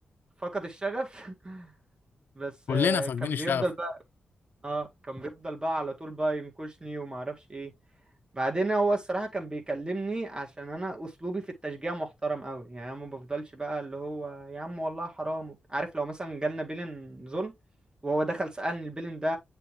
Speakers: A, on the right; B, on the left.
A: فقد الشغف <laughs> بس
B: كلنا
A: آه،
B: فاقدين
A: كان
B: الشغف
A: بيفضل اه كان بيفضل بقى على طول بقى ينكشني وما اعرفش ايه بعدين هو الصراحة كان بيكلمني عشان انا اسلوبي في التشجيع محترم قوي يعني أنا ما بفضلش بقى اللي هو يا عم والله حرام وبت- عارف لو مثلا جالنا بيلن ظلم وهو دخل سألني البيلن ده